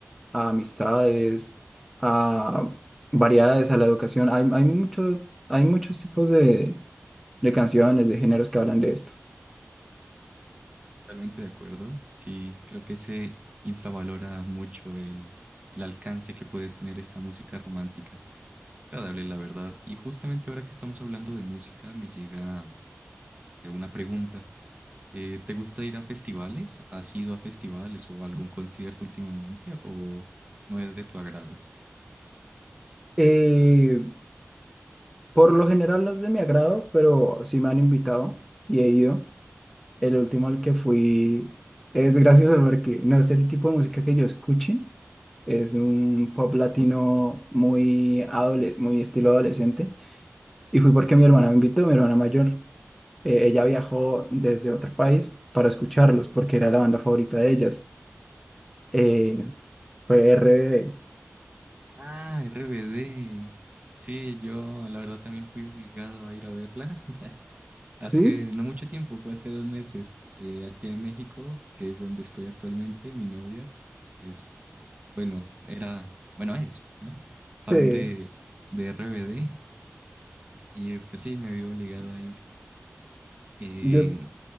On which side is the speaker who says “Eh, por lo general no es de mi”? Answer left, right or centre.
Centre